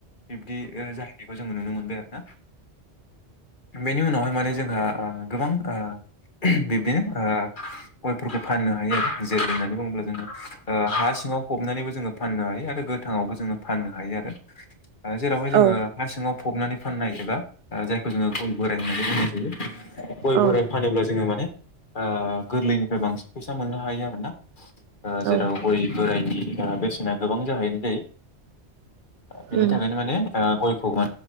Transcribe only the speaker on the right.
औ
औ
औ
उम